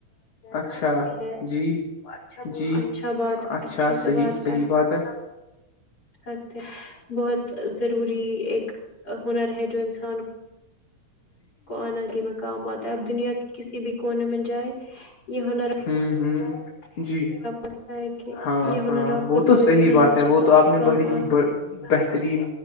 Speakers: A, on the left (about 45°); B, on the left (about 30°).
A: اچھا
B: ہے
A: جی جی
B: اچھا بات
A: اچھا
B: اچھے سے
A: صحیح
B: بات
A: صحیح
B: کر
A: بات ہے
B: سکتے بہت ضروری ایک ہنر ہے جو انسان کو آناگی میں کام آتا ہے اب دنیا کسی بھی کونے میں جائے یہ ہونا
A: ہمم ہمم جی
B: لگتا ہے کہ
A: ہاں
B: یہ ہنر
A: ہاں
B: آپ
A: وہ
B: کو زندگی
A: تو صحیح
B: میں
A: بات
B: ہر
A: ہے
B: جگہ
A: وہ تو آپ نے
B: کام
A: بڑی
B: آ
A: بہترین